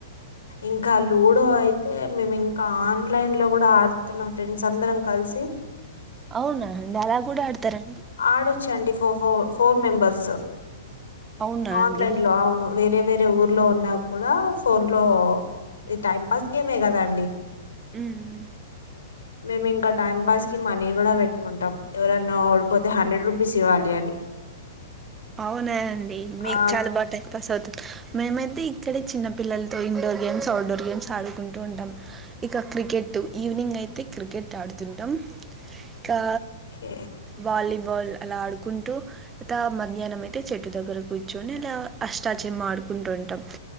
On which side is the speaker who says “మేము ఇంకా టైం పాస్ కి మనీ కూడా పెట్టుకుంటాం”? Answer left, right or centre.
Left